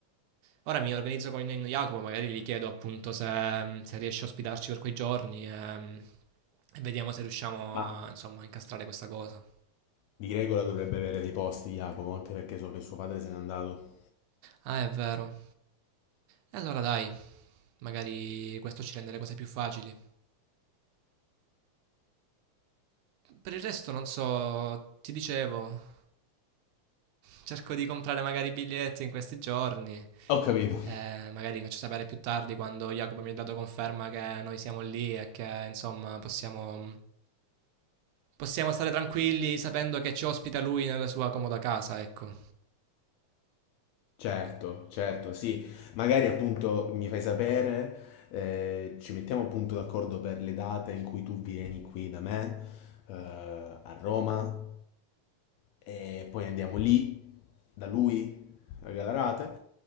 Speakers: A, on the right; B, on the left.
A: Ora mi organizzo con il nonno Jacopo, magari gli chiedo appunto se, se riesce a ospitarci per quei giorni ehm, e, vediamo se riusciamo
B: Ma
A: a, insomma, a incastrare questa cosa.
B: di regola dovrebbe avere dei posti, Jacopo, anche perché so che suo padre se n'è andato.
A: Ah, è vero. E allora dai, magari questo ci rende le cose più facili. Per il resto non so, ti dicevo, cerco di comprare magari i biglietti in questi giorni.
B: Ho capito.
A: eh, magari faccio sapere più tardi quando Jacopo mi ha dato conferma che noi siamo lì e che insomma possiamo, possiamo stare tranquilli sapendo che ci ospita lui nella sua comoda casa, ecco,
B: Certo, certo, sì. Magari appunto mi fai sapere, eh, ci mettiamo appunto d'accordo per le date in cui tu vieni qui da me, eh, a Roma, e poi andiamo lì, da lui, a Galarate,